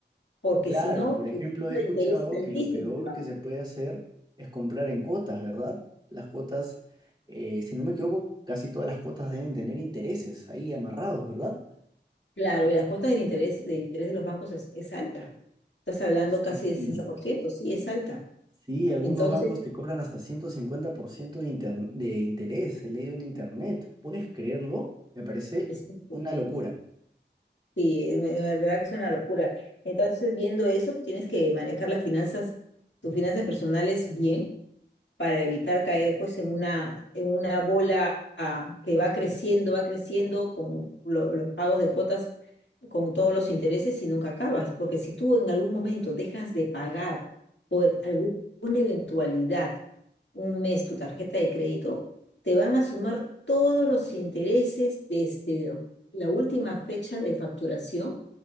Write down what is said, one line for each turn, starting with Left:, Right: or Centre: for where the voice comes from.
Left: porque
Right: Claro,
Left: si no,
Right: por ejemplo,
Left: la tasa
Right: he escuchado
Left: de interés es altísima.
Right: que lo peor que se puede hacer es comprar en cuotas, ¿verdad? Las cuotas, eh, si no me equivoco, casi todas las cuotas deben tener intereses ahí amarrados, ¿verdad?
Left: Claro, y las cuotas del interés, del interés de los bancos es, es alta. Estás hablando
Right: Sí,
Left: casi de sesenta por ciento, sí, es alta.
Right: Sí, algunos
Left: Entonces,
Right: bancos te cobran hasta 150% de, inter- de interés, he leído en internet. ¿Puedes creerlo? Me parece
Left: es increíble.
Right: una locura.
Left: sí, es- de verdad que es una locura. Entonces, viendo eso, tú tienes que manejar las finanzas, tus finanzas personales bien para evitar caer pues en una, en una bola ah, que va creciendo, va creciendo con lo- los pagos de cuotas, con todos los intereses y nunca acabas, porque si tú en algún momento dejas de pagar por alguna eventualidad un mes tu tarjeta de crédito, te van a sumar todos los intereses desde lo- la última fecha de facturación